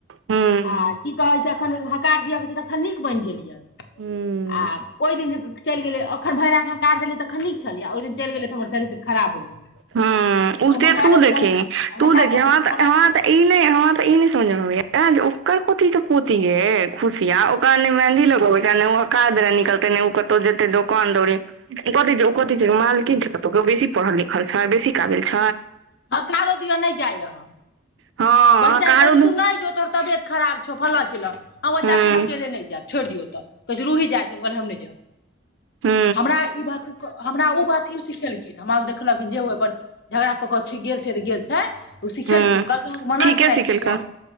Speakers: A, on the right (about 80°); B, on the left (about 60°).
A: हूँ
B: आ की कहै छै अखन हकार दिअ के छै त नीक बनि गेल य
A: हूँ
B: आ ओहि दिन चलि गेलिए अखन भरि राति हकार देलियै तखन नीक छलिए आ ओहि दिन चैल तऽ हमर चरित्र खराब भ गेलै
A: हा उ
B: तऽ महादेव
A: सेे तू देखही
B: जलखिन आ
A: तू
B: हमरा
A: देखहि
B: साथे
A: हा
B: केओ
A: त
B: गलत
A: हा
B: केलक
A: त ई नहि हां त ई नहि समझ आबैय यैल जे ओकर कोथी सब पोथी यै खुशिया ओकाल नैय मेहन्दी लगबैया नैय ओ हकार दैय ले निकलतै नैय उ कतो जेतै दोकान दौरी उ कथी छै उ कथी छै मालकिन छै कतौ के उ बेसी पढ़ल ली उ छौड़ा बेसी काबिल छै
B: हकारो दिअ नहि जाय रह
A: हँ
B: बड़की
A: हकारो
B: चाची कहलकै
A: दु
B: तू नहि जो तोहर तबियत खराब छौ फल्ला चिल्ला आबो
A: हूँ
B: चाची हम अकेले नहि जायब छोड़ि दियौ तऽ कोई जरूरी जाइ छै हम कहलियै हम नहि जायब
A: त
B: हमरा ई बात ओ क हमरा उ बात ई सिखेलखिन हमरा देखलखिन जे ओय बड्ड झगड़ा ओ क छी गेल छैन गेल छै ओ
A: हूँ
B: सिखेलखिन कहलकै मना
A: ठीके
B: केने
A: सिखेलकै
B: छी क्यो